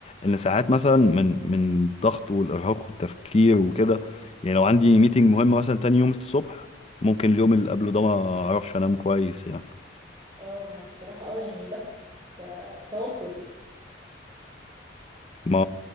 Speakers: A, on the left (about 35°); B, on the right (about 25°).
A: ان ساعات مثلا من من الضغط والارهاق والتفكير وكده يعني لو عندي ميتنج مهم مثلا تاني يوم الصبح ممكن اليوم اللي قبله ده ما اعرفش انام كويس يعني
B: اه ما بصراحة اه يعني ضغط فتوتر
A: ما